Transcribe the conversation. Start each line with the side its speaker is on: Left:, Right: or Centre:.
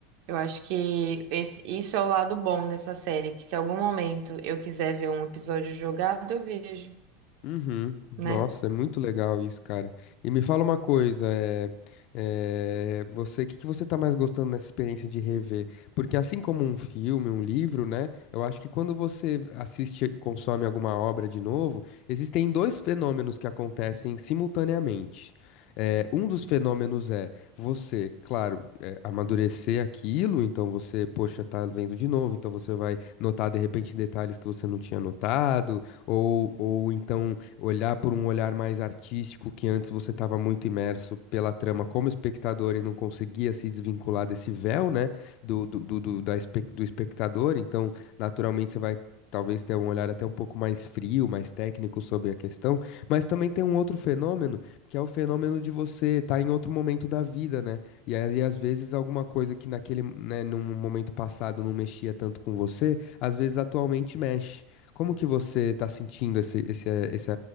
Right: Eu acho que esse, isso é o lado bom dessa série, que se algum momento eu quiser ver um episódio jogado, eu vejo,
Left: Uhum.
Right: né?
Left: Nossa, é muito legal isso, cara. E me fala uma coisa, é, é, você, o que que você tá mais gostando nessa experiência de rever? Porque assim como um filme, um livro, né? Eu acho que quando você assiste, consome alguma obra de novo, existem dois fenômenos que acontecem simultaneamente. É, um dos fenômenos é você, claro, é, amadurecer aquilo, então você, poxa, tá vendo de novo, então você vai notar de repente detalhes que você não tinha notado, ou, ou então olhar por um olhar mais artístico, que antes você estava muito imerso pela trama como espectador e não conseguia se desvincular desse véu, né, do, do, do, do- da, espe- do espectador. Então, naturalmente, você vai. Talvez ter um olhar até um pouco mais frio, mais técnico sobre a questão, mas também tem um outro fenômeno, que é o fenômeno de você estar em outro momento da vida, né? E aí, às vezes, alguma coisa que naquele, né, num momento passado não mexia tanto com você, às vezes atualmente mexe. Como que você tá sentindo esse, esse, esse,